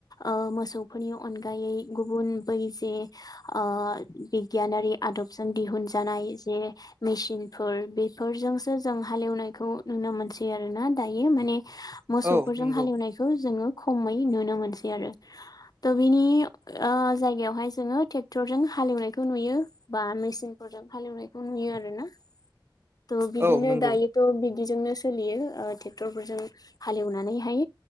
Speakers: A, on the left; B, on the right.
A: ओ मोसौफोरनि अनगायै गुबुन बै जे ओ बिगियानारि आदबजों दिहुनजानाय जे मिसिनफोर बेफोरजोंसो जों हालेवनायखौ नुनो मोनसै आरो ना दायो माने मोसौफोरजों
B: औ नंगौ
A: हालेवनायखौ जोङो खमै नुनो मोनसै आरो। थ' बिनि ओ जायगायावहाय जोङो टेक्टरजों हालेवनायखौ नुयो। बा मिसिनफोरजों हालेवनायखौ नुयो आरो ना। थ' बिदिनो
B: औ नंगौ
A: दायो थ' बिदिजोंनो सोलियो टेक्टरफोरजों। हालेवनानैहाय